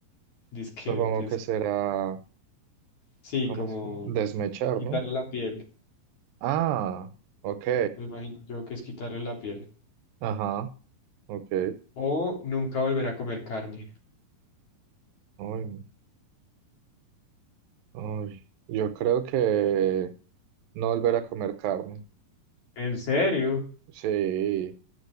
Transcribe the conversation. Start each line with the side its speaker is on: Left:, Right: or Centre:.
Left: Dizque,
Right: Supongo
Left: des-
Right: que será,
Left: sí,
Right: ¿cómo
Left: como
Right: es? que? Desmechar,
Left: quitar
Right: ¿no?
Left: la piel.
Right: Ah, ok.
Left: Me imagino yo que es quitarle la piel.
Right: Ajá, ok.
Left: O nunca volver a comer carne.
Right: Ay, Uy, yo creo que no volver a comer carne.
Left: ¿En serio?
Right: Sí,